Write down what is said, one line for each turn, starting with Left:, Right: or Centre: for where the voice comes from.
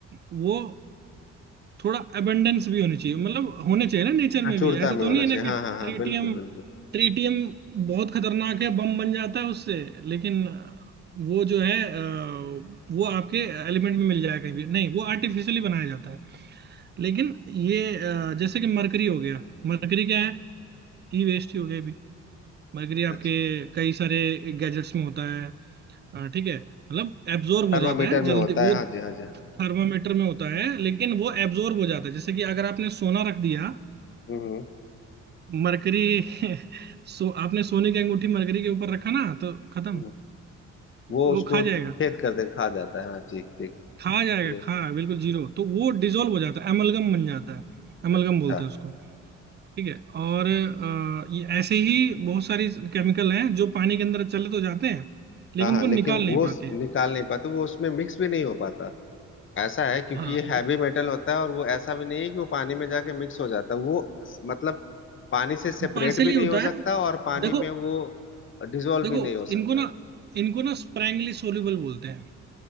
Right: वो थोड़ा अबंडेंस भी होनी चाहिए मतलब होने चाहिए ना नेचर
Left: हाँ,
Right: में
Left: चूड़ता
Right: भी ऐसा
Left: में
Right: तो
Left: होना
Right: नहीं है
Left: चाहिए
Right: ना कि
Left: हाँ
Right: ट्रीटियम
Left: हाँ हाँ बिल्कुल बिल्कुल
Right: ट्रीटियम बहुत खतरनाक है बम बन जाता है उससे लेकिन अ, वो जो है अ, वो आपके एलिमेंट में मिल जाएगा कहीं भी नहीं वो आर्टिफिशियली बनाया जाता है लेकिन ये अ, जैसे कि मरकरी हो गया मरकरी क्या है ई वेस्ट ही हो गया अभी मरकरी
Left: अच्छा
Right: आपके कई सारे गैजेट्स में होता है अ, ठीक है मतलब एब्जॉर्ब हो
Left: थर्मामीटर
Right: जाता है
Left: में
Right: जल्दी
Left: होता है
Right: वो
Left: हाँ जी हाँ जी हाँ।
Right: थर्मामीटर में होता है लेकिन वो एब्जॉर्ब हो जाता है जैसे कि अगर आपने सोना रख दिया
Left: हम्म हम्म
Right: मरकरी <laughs> सो आपने सोने की अंगूठी मरकरी के ऊपर रखा ना तो खत्म
Left: हम्म। वो
Right: वो
Left: उसको
Right: खा जाएगा
Left: छेद कर दे खा जाता है हाँ ठीक ठीक
Right: खा जाएगा
Left: ये
Right: खा बिल्कुल जीरो तो वो डिजोल्व हो जाता है एमलगम बन जाता है एमलगम
Left: अच्छा
Right: बोलते हैं उसको ठीक है और अ, ये ऐसे ही बहुत सारी केमिकल हैं जो पानी के अंदर चले तो जाते हैं लेकिन
Left: हाँ हाँ
Right: उनको
Left: लेकिन
Right: निकाल नहीं
Left: वो
Right: पाते
Left: स-
Right: हैं
Left: निकाल नहीं पाते वो उसमें मिक्स भी नहीं हो पाता ऐसा है क्योंकि
Right: हाँ
Left: ये हैवी मेटल होता है और वो ऐसा भी नहीं है कि वो पानी में जाके मिक्स हो जाता है वो स- मतलब पानी से सेपरेट
Right: पार्सली
Left: भी नहीं
Right: होता
Left: हो सकता
Right: है
Left: और पानी
Right: देखो
Left: में वो डिजोल्व
Right: देखो
Left: भी नहीं हो सकता
Right: इनको ना इनको ना स्प्रैंगली सोल्यूबल बोलते हैं